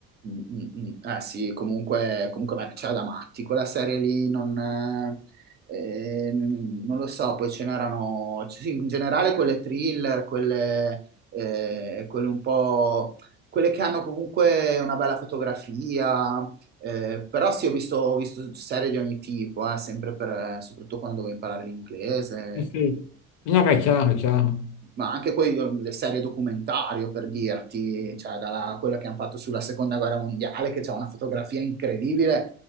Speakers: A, on the right; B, on the left.
A: Mm, mm, mm. Eh sì, comunque, comunque a me piaceva da matti, quella serie lì non, eh, eh, non lo so, poi ce n'erano, cioè, sì, in generale quelle thriller, quelle, eh, quelle un po', quelle che hanno comunque una bella fotografia, eh, però sì, ho visto, ho visto serie di ogni tipo, eh, sempre per, soprattutto quando dovevo imparare l'inglese
B: Sì, sì. No, beh, è chiaro, è chiaro.
A: ma anche poi um, le serie documentario per dirti, cioè dalla, quella che hanno fatto sulla seconda guerra mondiale, che c'è una fotografia incredibile,